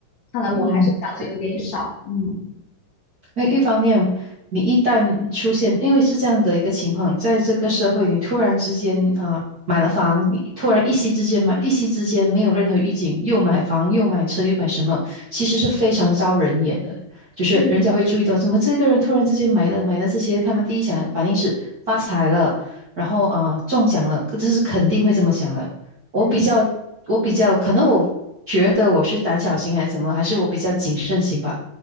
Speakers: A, on the left; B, on the right.
A: 看来我还是想的有点少，
B: 嗯，这
A: 嗯
B: 那一方面，你一旦出现，因为是这样的一个情况，在这个社会，你突然之间啊、呃买了房，你突然一夕之间买，一夕之间没有任何预警，又买房又买车又买什么，其实是非常招人眼的。就是人家会注意到，
A: 嗯
B: 怎么这个人突然之间买了买了这些，他们第一想反应是发财了，然后啊、呃中奖了，可这是肯定会这么想的。我比较，
A: 嗯，
B: 我比较，可能我觉得我是胆小型还是什么，还是我比较谨慎型吧。